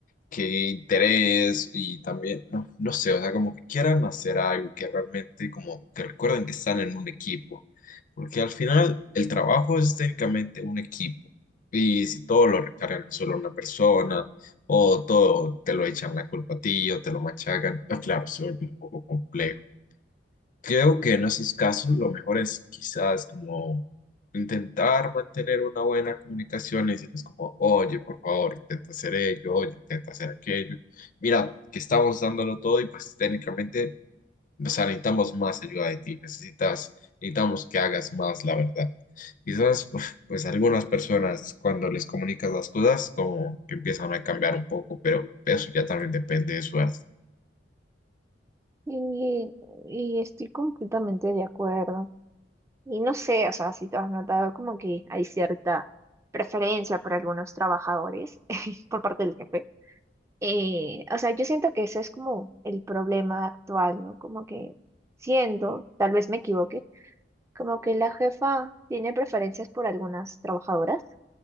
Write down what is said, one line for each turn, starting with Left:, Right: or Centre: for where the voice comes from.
Left: qué interés y también, no, no sé, o sea, como que quieran hacer algo que realmente como que recuerden que están en un equipo, porque al final el trabajo es técnicamente un equipo y si todo lo recargan en solo una persona o todo te lo echan la culpa a ti o te lo machacan, pues claro, se vuelve un poco complejo. Creo que en esos casos lo mejor es quizás como intentar mantener una buena comunicación y decirles como, oye, por favor, intenta hacer ello, oye, intenta hacer aquello. Mira, que estamos dándolo todo y pues técnicamente, o sea, necesitamos más ayuda de ti, necesitas, necesitamos que hagas más, la verdad. Quizás, uf, pues algunas personas cuando les comunicas las cosas como que empiezan a cambiar un poco, pero eso ya también depende de suerte.
Right: Y, y estoy completamente de acuerdo. Y no sé, o sea, si tú has notado como que hay cierta preferencia por algunos trabajadores <laughs> por parte del jefe. Eh, o sea, yo siento que ese es como el problema actual, ¿no? Como que siento, tal vez me equivoque, como que la jefa tiene preferencias por algunas trabajadoras